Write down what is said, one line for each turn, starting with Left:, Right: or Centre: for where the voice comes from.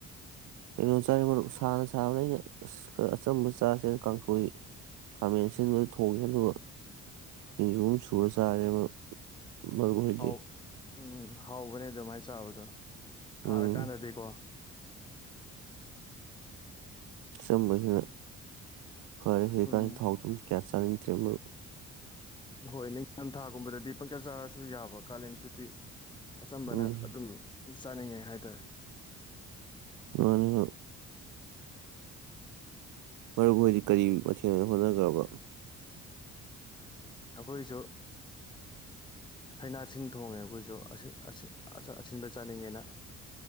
Right: ꯀꯩꯅꯣ ꯆꯥꯏꯌꯦ ꯃꯔꯨꯞ ꯁꯥꯅ ꯁꯥꯕꯅꯦ ꯑꯩꯅ ꯑꯁ ꯈꯔ ꯑꯆꯝꯕ ꯆꯥꯁꯦꯅ ꯀꯥꯡꯁꯣꯏ ꯈꯥꯃꯦꯟ ꯑꯁꯤꯟꯕꯗꯨ ꯊꯣꯡꯉꯦ ꯑꯗꯨꯒ ꯁꯤꯡꯖꯨ ꯑꯃ ꯁꯨꯔ ꯆꯥꯔꯦ ꯃꯔꯨꯞ ꯃꯔꯨꯞꯍꯣꯏꯗꯤ
Left: ꯍꯥꯎ ꯎꯝ ꯍꯥꯎꯕꯅꯦ ꯑꯗꯨꯃꯥꯏ ꯆꯥꯕꯗꯨ꯫ ꯁꯥꯔꯀꯥꯟꯗꯗꯤꯀꯣ
Right: ꯎꯝ ꯑꯆꯝꯕꯖꯤꯅ ꯐꯔꯦ ꯍꯨꯖꯤꯛꯀꯥꯟꯖꯤ
Left: ꯎꯝ
Right: ꯊꯥꯎ ꯊꯨꯝ ꯀꯌꯥ ꯆꯥꯅꯤꯡꯇ꯭ꯔꯦ ꯃꯔꯨꯞ
Left: ꯍꯣꯏ ꯅꯤꯡꯊꯝꯊꯥꯒꯨꯝꯕꯗꯗꯤ ꯄꯪꯆꯥ ꯆꯥꯔꯁꯨ ꯌꯥꯕ ꯀꯥꯂꯦꯟꯁꯤꯗꯗꯤ ꯑꯆꯝꯕꯅ
Right: ꯎꯝ
Left: ꯑꯗꯨꯝ ꯆꯥꯅꯤꯡꯉꯦ ꯍꯥꯏꯇꯥꯔꯦ
Right: ꯃꯥꯅꯦꯕ ꯃꯔꯨꯞ ꯍꯣꯏꯗꯤ ꯀꯔꯤ ꯃꯊꯦꯜꯅ ꯍꯣꯠꯅꯒ꯭ꯔꯕ?
Left: ꯑꯈꯣꯏꯁꯨ ꯍꯩꯅꯥ ꯁꯤꯟ ꯊꯣꯡꯉꯦ ꯑꯈꯣꯏꯁꯨ ꯑꯁꯤꯟ ꯑꯁꯤꯟ ꯑꯥ ꯑꯁꯤꯟꯕ ꯆꯥꯅꯤꯡꯉꯦꯅ꯫